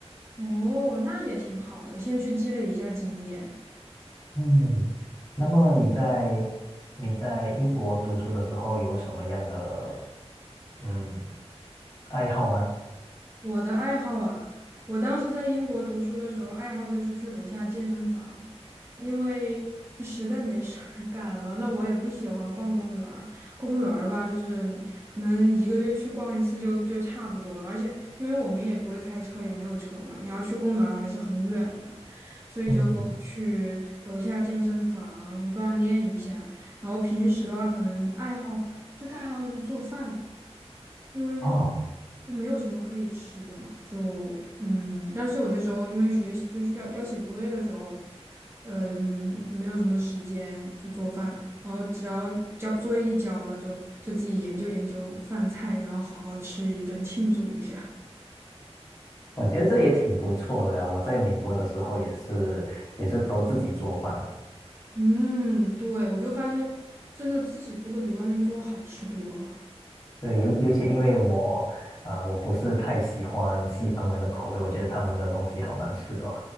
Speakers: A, on the right; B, on the left.
A: 哦，那也挺好的，先去积累一下经验。
B: 嗯，那么你在你在英国读书的时候有什么样的嗯爱好吗？
A: 我的爱好啊，我当时在英国读书的时候，爱好就是去楼下健身房，因为实在没事儿干了。那我也不喜欢逛公园儿公园儿吧，就是可能一个月去逛一次就就差不多了。而且因为我们也不会开车，也没有车嘛，你要去公园儿还是很远的，所以就去楼下健身房锻炼一下。
B: 嗯，
A: 然后平时的话，可能爱好最大爱好就是做饭，因为
B: 哦，
A: 就没有什么可以吃的嘛，就嗯，但是有些时候因为学习就是要要写作业的时候，呃，嗯没有什么时间就做饭，然后只要交作业一交了，就就自己研究研究饭菜，然后好好吃一顿庆祝一下。
B: 我觉得这也挺不错的呀。我在美国的时候也是也是都自己做饭了。
A: 嗯，对，我就发现真的自己做的比外面做好吃多了。
B: 对，尤尤其因为我啊、呃我不是太喜欢西方人的口味，我觉得他们的东西好难吃哦。